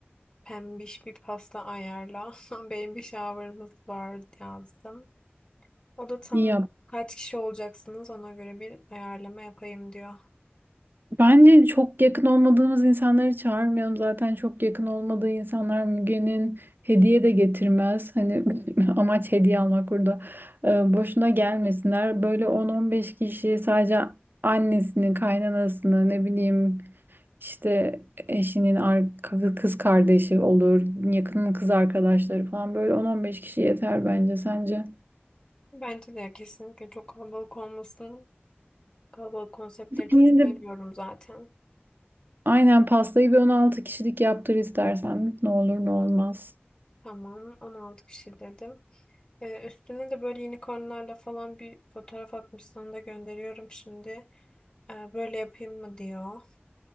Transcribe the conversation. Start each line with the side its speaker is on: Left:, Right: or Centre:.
Left: pembiş bir pasta ayarla. <laughs> Benim bir shower'ımız var yazdım. O da tamam.
Right: Ya
Left: Kaç kişi olacaksınız ona göre bir ayarlama yapayım diyor.
Right: bence çok yakın olmadığımız insanları çağırmayalım. Zaten çok yakın olmadığı insanlar Müge'nin hediye de getirmez. Hani <laughs> amaç hediye almak burada. Ee, boşuna gelmesinler. Böyle 10-15 kişi sadece annesini, kaynanasını, ne bileyim işte eşinin ar- kız kardeşi olur, yakının kız arkadaşları falan böyle 10-15 kişi yeter bence sence.
Left: Bence de kesinlikle çok kalabalık olmasın. Kalabalık konseptleri çok
Right: Yine de
Left: sevmiyorum zaten.
Right: aynen pastayı bir 16 kişilik yaptır istersen. Ne olur ne olmaz.
Left: Tamam 16 kişi dedim. Ee, üstüne de böyle unicornlarla falan bir fotoğraf atmış sana da gönderiyorum şimdi. Ee, böyle yapayım mı diyor.